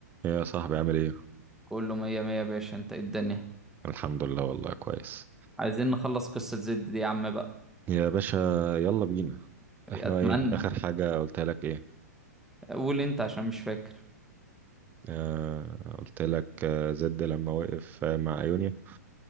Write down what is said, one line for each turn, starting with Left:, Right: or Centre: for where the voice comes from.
Right: يا صاحبي عامل ايه؟
Centre: كله مية مية يا باشا انت ايه الدنيا
Right: الحمد لله والله كويس
Centre: عايزين نخلص قصة زد دي يا عم بقى
Right: يا باشا يلا بينا
Centre: اتمنى
Right: احنا ايه اخر حاجة قلت لك ايه
Centre: قول انت عشان مش فاكر
Right: آه قلت لك آه زد لما وقف آه مع ايونيا